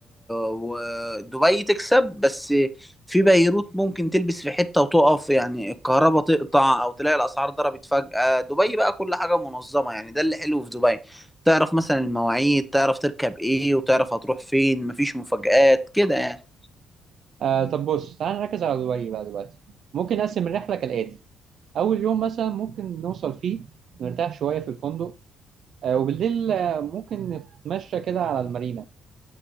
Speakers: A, in the centre; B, on the right.
A: ودبي تكسب بس في بيروت ممكن تلبس في حتة وتقف يعني الكهرباء تقطع أو تلاقي الأسعار ضربت فجأة دبي بقى كل حاجة منظمة يعني ده اللي حلو في دبي تعرف مثلا المواعيد تعرف تركب ايه وتعرف هتروح فين مفيش مفاجآت كده يعني
B: آه طب بص تعال نركز على دبي بقى دلوقتي ممكن نقسم الرحلة كالآتي أول يوم مثلا ممكن نوصل فيه نرتاح شوية في الفندق آه وبالليل آه ممكن نتمشى كده على المارينا